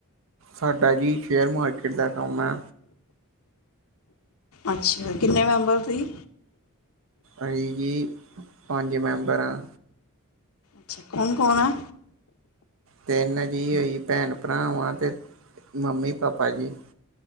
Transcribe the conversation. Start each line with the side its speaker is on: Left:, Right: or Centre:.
Right: ਸਾਡਾ ਜੀ ਸ਼ੇਅਰ ਮਾਰਕੀਟ ਦਾ ਕੰਮ ਐ।
Left: ਅੱਛਾ ਕਿੰਨੇ ਮੈਂਬਰ ਤੂਹੀ?
Right: ਅਹੀ ਜੀ ਪੰਜ ਮੈਂਬਰ ਆ।
Left: ਅੱਛਾ ਕੌਣ-ਕੌਣ ਆ।
Right: ਤਿੰਨ ਜੀ ਅਹੀ ਭੈਣ ਭਰਾ ਵਾ ਤੇ ਮੰਮੀ ਪਾਪਾ ਜੀ।